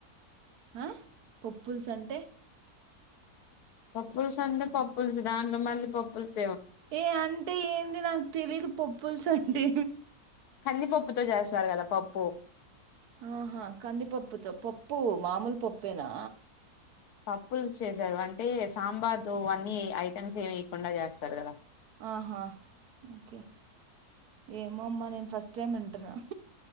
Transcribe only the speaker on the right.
ఆ పప్పుల్స్ అంటే
ఏ అంటే ఏంది నాకు తెలిదు పప్పుల్స్ అంటే
ఆహా కందిపప్పుతో పప్పు మామూలు పప్పేనా
ఆహా ఓకే ఏమో అమ్మా నేను ఫస్ట్ టైం వింటున్నాను